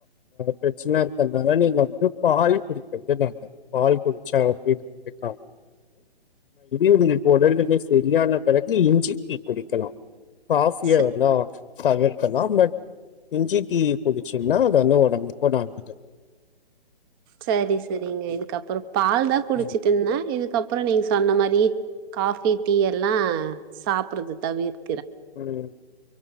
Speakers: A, on the left; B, on the right.
A: பிரச்சனை இருக்கனால நீங்க வந்து பால் குடிக்கிறது நல்லது பால் குடிச்சா அப்பக்க உங்களுக்கு உடல்நில சரியான பிறகு இஞ்சி டீ குடிக்கலாம் காஃபியா
B: ச
A: வேணா தவிர் க்கலா பட் இஞ்சி டீ குடிச்சீங்னா அது வந்து ஒடம்புக்கு நல்லது
B: சரி சரிங்க இதுக்கப்புற பால்தா குடிச்சிட்டு
A: ம்
B: இருந்தே இதுக்க ப்றோ நீங்க சொன்ன மாரி காஃபி டீ எல்லா சாப்பட்றது தவிர்
A: உம்